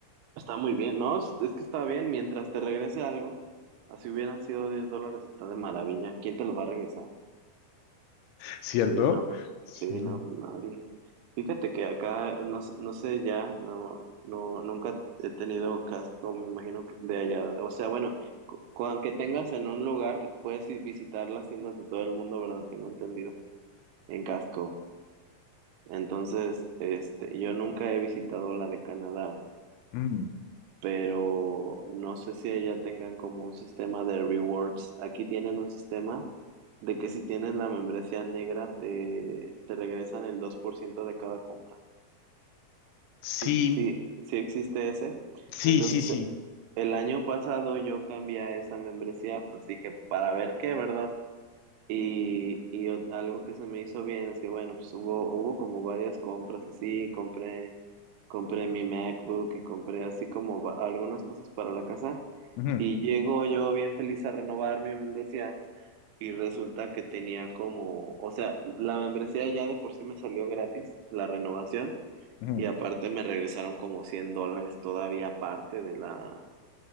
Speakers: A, on the right (about 80°); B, on the left (about 85°).
A: está muy bien. No, es es que está bien. Mientras te regrese algo, así hubieran sido 10 dólares, está de maravilla. ¿Quién te lo va a regresar?
B: ¿Cierto?
A: Sí, no, pues,
B: Sí.
A: sí, no, pues nadie. Fíjate que acá, no, s- no sé ya, no, no, nunca he tenido Costco, me imagino que de allá. O sea, bueno, cu- con que tengas en un lugar, puedes ir visitar las tiendas de todo el mundo, ¿verdad? Tengo entendido. En Costco. Entonces, este, yo nunca he visitado la de Canadá,
B: Mm.
A: pero no sé si allá tengan como un sistema de rewards. Aquí tienen un sistema de que si tienes la membresía negra te, te regresan el 2% de cada compra.
B: Sí,
A: Sí, sí, sí existe ese.
B: sí,
A: Entonces,
B: sí, sí.
A: eh, el año pasado yo cambié a esa membresía, pues dije, para ver qué, ¿verdad? Y, y o- algo que se me hizo bien es que, bueno, pues hubo, hubo como varias compras así, compré compré mi MacBook y compré así como va- algunas cosas para la casa
B: Ujú,
A: y llego yo bien feliz a renovar mi membresía y resulta que tenía como, o sea, la membresía ya de por sí me salió gratis, la renovación,
B: ujú.
A: y aparte me regresaron como 100 dólares todavía aparte de la,